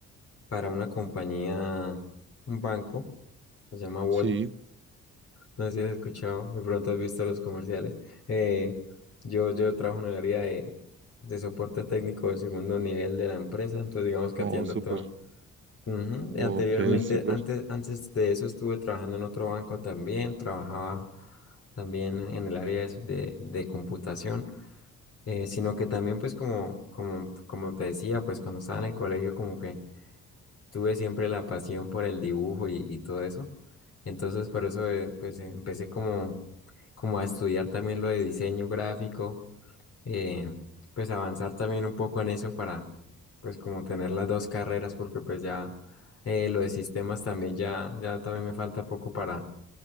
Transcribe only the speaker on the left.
para una compañía, un banco, se llama Volt.
No sé si has escuchado, de pronto has visto los comerciales. Eh, yo, yo trabajo en el área de, de soporte técnico de segundo nivel de la empresa, entonces digamos que
atiendo
todo Ujú, y
Anteriormente,
antes, antes de eso estuve trabajando en otro banco también, trabajaba también en el área de, de- de computación, eh, sino que también pues como, como, como te decía, pues cuando estaba en el colegio como que tuve siempre la pasión por el dibujo y, y todo eso, entonces por eso eh, pues empecé como, como a estudiar también lo de diseño gráfico eh, pues avanzar también un poco en eso para pues como tener las dos carreras porque pues ya eh, lo de sistemas también ya, ya también me falta poco para